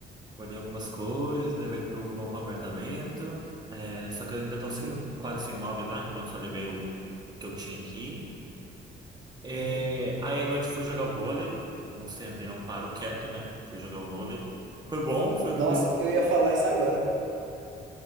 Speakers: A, on the right; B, on the right.
A: guardei algumas coisas, levei pro novo apartamento. É, só que eu ainda tô
B: sim,
A: sem, quase sem móveis lá, então só levei o, o que eu tinha aqui. É,
B: sim.
A: aí à noite fui jogar vôlei, como sempre, não paro quieto, né? Fui jogar vôlei. Foi bom, foi com
B: Nossa,
A: um grupo.
B: eu ia falar isso agora.